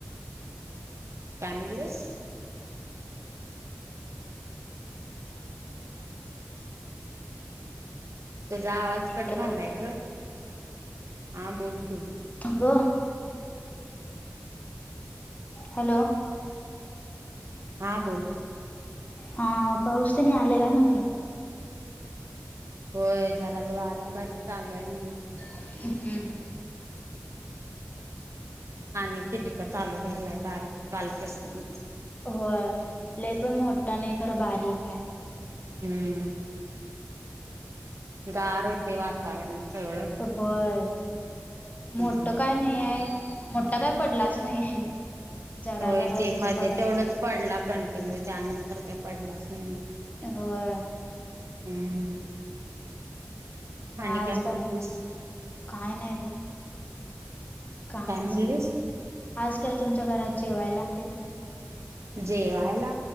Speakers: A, on the right; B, on the left.
A: काय म्हणलीस? तुझा आवाज कट
B: हॅलो
A: व्हालाय ग हा बोल की
B: बोल हॅलो
A: हा बोल
B: हा पाऊस तेन आलाय काय म्हंटलं?
A: होय जरा जरा बारीक बारीक चालू हाय न्हवं
B: हम्म हम.
A: आणि चीटकट चालू झालाय बारवी कालपासून.
B: होय ले पण मोठा नाही खरं बारीक आहे.
A: हम्म. गार ते वातावरण सगळं.
B: होय
A: हम्म
B: मोठ काय नाही आहे, मोठा काय पडलाच नाही आहे. जरा
A: होय
B: जरासच
A: ते मध्ये
B: पडायला.
A: तेवढंच पडला कंटिन्यू त्यानंतर काय पडलाच नाही.
B: होय.
A: हम्म!
B: मग
A: आणि
B: आजकाल
A: काय म्हणतीस
B: काय नाही बघ. कामच
A: काय म्हणलीस
B: की आज काय तुमच्या घरात जेवायला तेन?
A: जेवायला